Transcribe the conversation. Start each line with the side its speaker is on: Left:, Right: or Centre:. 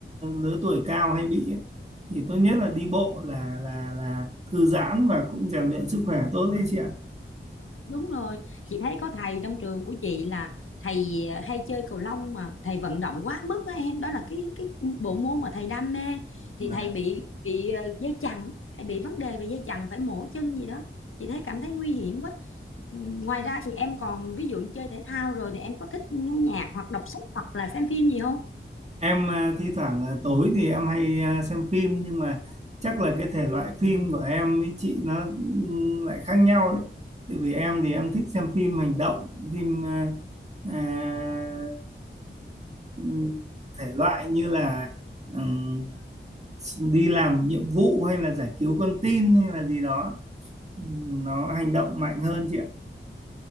Right: lứa tuổi cao hay bị ấy. Thì tốt nhất là đi bộ là là là thư giãn và cũng rèn luyện sức khỏe tốt đấy chị ạ
Left: Đúng rồi, chị thấy có thầy trong trường của chị là thầy hay chơi cầu lông mà thầy vận động quá mức á em, đó là cái cái bộ môn mà thầy đam mê thì
Right: Dạ.
Left: thầy bị bị ờ, dây chằng, thầy bị vấn đề về dây chằng phải mổ chân gì đó. Chị thấy cảm thấy nguy hiểm quá. Ừ, Ngoài ra thì em còn ví dụ như chơi thể thao rồi thì em có thích nghe nhạc hoặc đọc sách hoặc là xem phim gì không?
Right: Em à, thi thoảng à, tối thì em hay à, xem phim nhưng mà chắc là cái thể loại phim của em với chị nó ừm, lại khác nhau đấy. Tại vì em thì em thích xem phim hành động, phim à, à, ừm, thể loại như là ừm, đi làm nhiệm vụ hay là giải cứu con tin hay là gì đó Ừm, nó hành động mạnh hơn chị ạ.